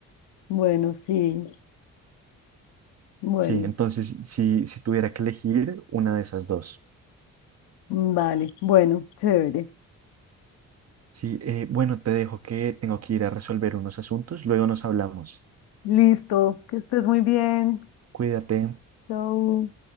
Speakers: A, on the left; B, on the right.
A: Bueno, sí. Bueno,
B: Sí, entonces si, si tuviera que elegir una de esas dos.
A: vale. Bueno, chévere.
B: Sí, eh, bueno, te dejo que tengo que ir a resolver unos asuntos, luego nos hablamos.
A: Listo. Que estés muy bien.
B: Cuídate.
A: Chau.